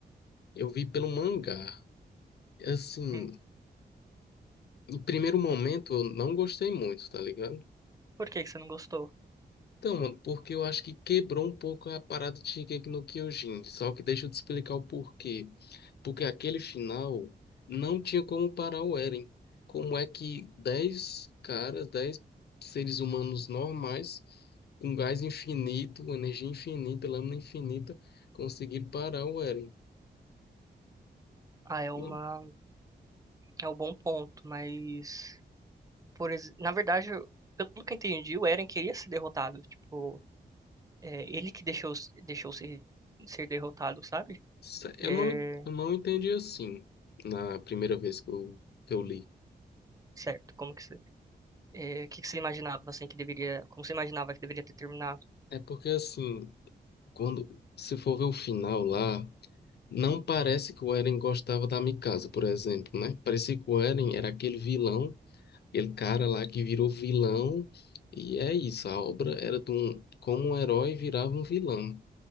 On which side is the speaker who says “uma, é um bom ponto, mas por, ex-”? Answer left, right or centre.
Right